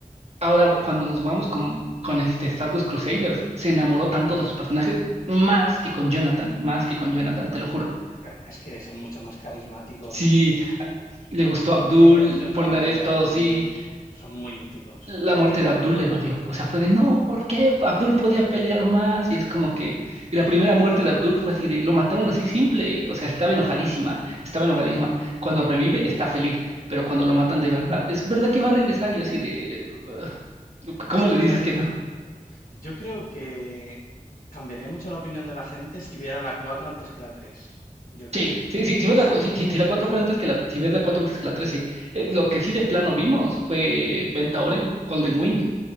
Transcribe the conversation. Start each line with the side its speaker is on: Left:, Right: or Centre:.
Right: Ahora, cuando nos vamos con, con este Stardust Crusaders, se enamoró tanto de los personajes, más que con Jonathan, más que con Jonathan, te lo juro.
Left: es que es que son mucho más carismáticos.
Right: Sí,
Left: eh,
Right: le gustó
Left: Polnareff,
Right: Abdul,
Left: Yotaro,
Right: Polnareff, todo,
Left: Abdul,
Right: sí,
Left: son muy míticos.
Right: La muerte de Abdul le dolió. O sea, fue de no, ¿por qué? Abdul podía pelear más. Y es como que. Y la primera muerte de Abdul fue así de lo mataron así simple. O sea, estaba enojadísima.
Left: Claro.
Right: Estaba enojadísima. Cuando revive, está feliz. Pero cuando lo matan de verdad, es verdad que va a regresar. Y yo así de. "Ugh, ¿Cómo
Left: Es que,
Right: le dices
Left: claro,
Right: que no?
Left: yo creo que cambiaría mucho la opinión de la gente si viera la 4 antes que la 3. Yo creo.
Right: Sí, sí, sí, si ves
Left: Sí.
Right: la, cu- si, si- si la 4 fue antes que la, si ves la 4 antes que la 3 sí. Eh, Lo que sí de plano vimos fue Ventaoreo, Golden Wing.